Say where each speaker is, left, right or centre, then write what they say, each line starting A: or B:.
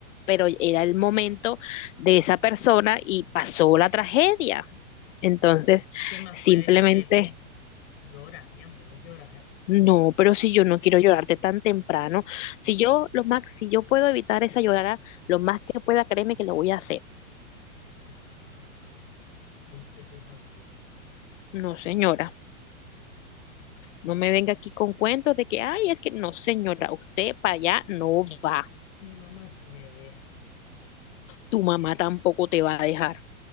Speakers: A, on the left; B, on the left.
A: pero era el momento de esa persona y pasó la tragedia. Entonces,
B: ¿qué más
A: simplemente
B: puedes hacer tú? Llorar, mi amor, llorar.
A: No, pero si yo no quiero llorarte tan temprano, si yo lo más, si yo puedo evitar esa llorada lo más que pueda, créeme que lo voy a hacer.
B: Ah, viste tú también.
A: No, señora, no me venga aquí con cuentos de que, ay, es que no, señora, usted para allá no va.
B: Mi mamá sí me deja,
A: Tu mamá tampoco te va a dejar,